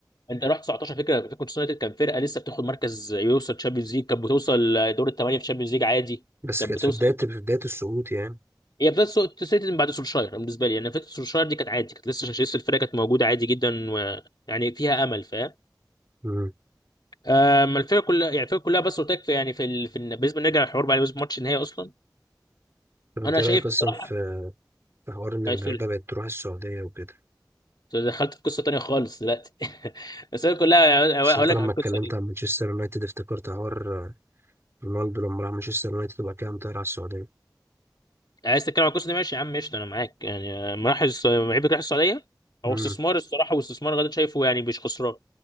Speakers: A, on the left; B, on the right.
A: انت رحت 19 فكره فكره مانشستر يونايتد كان فرقه لسه بتاخد مركز يوصل تشامبيونز ليج كانت بتوصل دور الثمانيه في تشامبيونز ليج عادي
B: بس
A: كانت
B: كانت
A: بتوصل
B: في بدايه في بدايه السقوط يعني
A: هي بدات تسيطر من بعد سولشاير أنا بالنسبه لي يعني فكره سولشاير دي كانت عادي كانت لسه لسه الفرقه كانت موجوده عادي جدا و... يعني فيها امل فاهم
B: مم.
A: اما الفرقه كلها يعني الفرقه كلها بس قلت لك في يعني في ال... في ال... بالنسبه نرجع للحوار بقى بالنسبه لماتش النهائي اصلا
B: طب انت
A: انا
B: إيه
A: شايف
B: رايك اصلا
A: الصراحه
B: في في حوار ان اللعيبه
A: أيوة، سوري.
B: بقت تروح السعوديه وكده
A: دخلت في قصه تانيه خالص دلوقتي <laughs> بس هي كلها
B: بس انت
A: هقول لك
B: لما
A: على القصه
B: اتكلمت
A: دي
B: عن مانشستر يونايتد افتكرت حوار آه، رونالدو لما راح مانشستر يونايتد وبعد كده قام طاير على السعوديه
A: عايز تتكلم على القصه دي ماشي يا عم قشطه انا معاك يعني مراحل الس- لعيبه راح السعوديه هو
B: امم
A: استثمار الصراحه واستثمار غدا شايفه يعني مش خسران